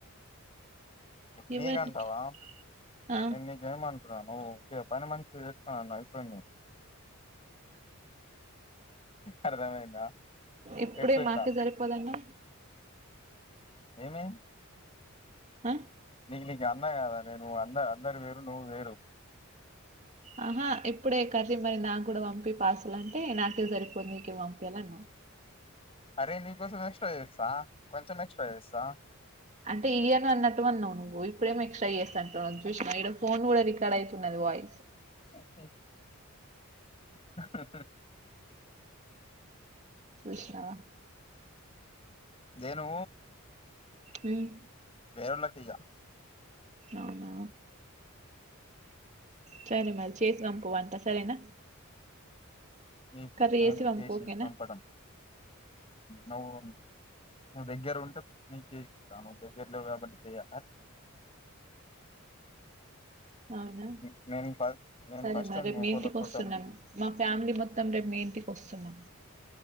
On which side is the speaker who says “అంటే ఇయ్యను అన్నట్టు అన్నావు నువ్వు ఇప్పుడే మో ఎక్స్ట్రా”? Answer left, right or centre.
Right